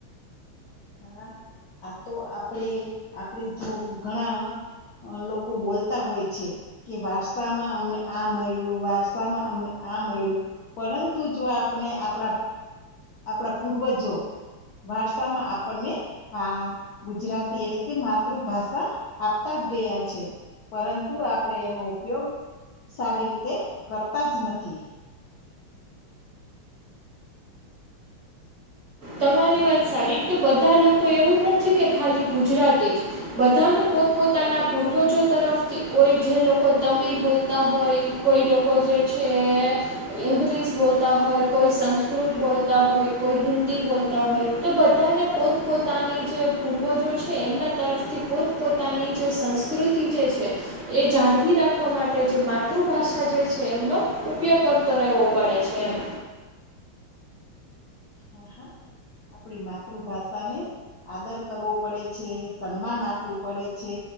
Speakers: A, on the left; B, on the right.
A: હા આ તો આપડે આપડે જો ઘણા અ લોકો બોલતા હોય છે. કે વારસામાં અમને આ મળ્યું, વારસામાં અમને આ મળ્યું. પરંતુ જો આપણે આપણા આપણા પૂર્વજો વારસામાં આપ આપણને આ ગુજરાતી એટલે કે માતૃભાષા આપતા જ ગયા છે. પરંતુ આપણેે એનો ઉપયોગ સારી રીતે કરતા જ નથી.
B: તમારી વાત સારી કે બધા લોકો એવું નથી કે ખાલી ગુજરાતી જ બધાને પોતપોતાના પૂર્વજો તરફથી કોઈ જે લોકો તમિલ બોલતા હોય. કોઈ લોકો જે છે ઇંગ્લિશ બોલતા હોય, કોઈ સંસ્કૃત બોલતા હોય, કોઈ હિન્દી બોલતા હોય, તો બધાને પોતપોતાની જે પૂર્વજો છે એમના તરફથી પોત પોતાની જે સંસ્કૃતિ જે છે. એ જાળવી રાખવા માટે જે માતૃભાષા જે છે એમનો ઉપયોગ કરતો રહેવો પડે છે એમ.
A: હા હા આપણી માતૃભાષાને આદર કરવો પડે છે, સન્માન આપવું પડે છે.